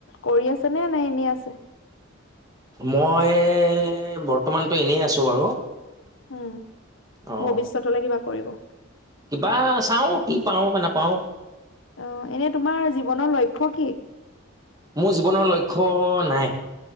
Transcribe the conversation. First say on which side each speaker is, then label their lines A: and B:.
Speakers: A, on the left; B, on the right.
A: কৰি আছে নে নে এনে আছে।
B: মই এই বৰ্তমানটো এনেই আছোঁ বাৰু।
A: উম
B: অ
A: ভৱিষ্যতলে কিবা কৰিব।
B: কিবা চাওঁ কি পাওঁ নাপাওঁ।
A: অ এনে তোমাৰ জীৱনৰ লক্ষ্য কি?
B: মোৰ জীৱনৰ লক্ষ্য নাই।